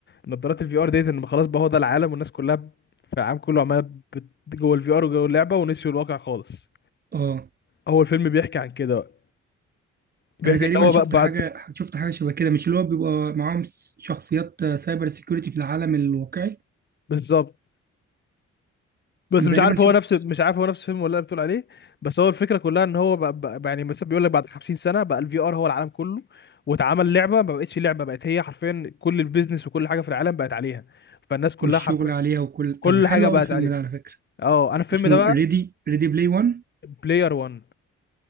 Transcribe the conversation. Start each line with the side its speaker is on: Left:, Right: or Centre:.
Left: نظارات الفي ار ديت ان خلاص بقى هو ده العالم والناس كلها ب- في العالم كله عماله بت- جوه الفي ار وجوه اللعبه ونسيوا الواقع خالص
Right: اه
Left: هو الفيلم بيحكي عن كده بقى. بيحكي
Right: انا تقريبا
Left: ان هو
Right: شفت
Left: بقى بعد
Right: حاجه شفت حاجه شبه كده مش اللي هو بيبقى معاهم س- شخصيات آه، سايبر سيكيورتي في العالم الواقعي
Left: بالظبط بس
Right: انا
Left: مش
Right: تقريبا
Left: عارف
Right: شفت
Left: هو نفس مش عارف هو نفس الفيلم ولا اللي بتقول عليه بس هو الفكره كلها ان هو بقى بقى بقى يعني مثلا بيقول لك بعد 50 سنه بقى الفي ار هو العالم كله واتعمل لعبه ما بقتش لعبه بقت هي حرفيا كل البيزنس وكل حاجه في العالم بقت عليها فالناس كلها
Right: والشغل
Left: حرفيا
Right: عليها وكل طب
Left: كل
Right: حلو
Left: حاجه
Right: قوي
Left: بقت
Right: الفيلم
Left: عليه
Right: ده على فكره
Left: اه انا الفيلم
Right: اسمه
Left: ده بقى
Right: ريدي ريدي بلاي 1
Left: بلاير 1